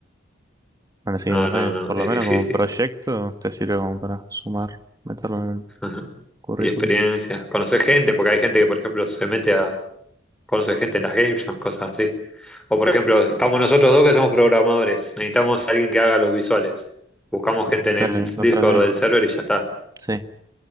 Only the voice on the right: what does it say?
Bueno, sí,
es verdad
que por
lo menos
como un proyecto te sirve como para sumar, meterlo en el
currículum.
Y
claro,
encontrás
ahí.
Sí,